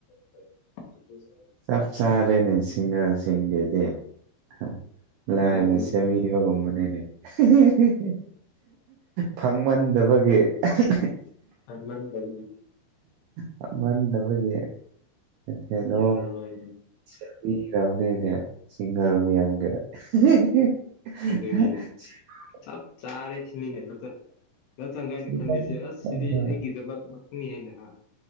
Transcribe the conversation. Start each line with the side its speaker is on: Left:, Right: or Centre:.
Left: <unintelligible>
Right: ꯆꯥꯞ ꯆꯥꯔꯦꯅꯦ ꯁꯤꯡꯒꯥꯜꯁꯤꯡꯗꯤ ꯑꯦ ꯍ
Left: ꯍꯣꯏ
Right: ꯂꯥꯏꯅ ꯁꯦꯝꯕꯤꯕꯒꯨꯝꯕꯅꯤꯅꯦ ꯍꯦ ꯍꯦ ꯍꯦ ꯐꯪꯃꯟꯗꯕꯒꯤ ꯑꯍꯦ ꯍꯦ
Left: ꯐꯪꯃꯟꯗꯕꯒꯤ
Right: ꯐꯪꯃꯟꯗꯕꯒꯤ ꯀꯩꯩꯅꯣ
Left: ꯌꯥꯔꯣꯏ
Right: ꯁꯦꯝꯕꯤꯒ꯭ꯔꯝꯅꯤꯅꯦ ꯁꯤꯡꯒꯥꯜ ꯃꯌꯥꯝꯒꯤꯗ ꯍꯦ ꯍꯦ <unintelligible>
Left: ꯑꯗꯨꯅꯤꯅꯦ ꯆꯞ ꯆꯥꯔꯦ ꯁꯤꯅꯤꯅꯦ ꯅꯠꯇꯦ ꯅ ꯆꯪꯒꯥꯏꯅ
Right: ꯐꯤꯂꯝ
Left: ꯈꯜꯂꯤꯁꯦ ꯑꯁ ꯁꯤꯗꯤ
Right: ꯑꯃ-
Left: ꯑꯩꯒꯤꯗꯃꯛ ꯅꯤ ꯍꯥꯏꯅ ꯍꯥ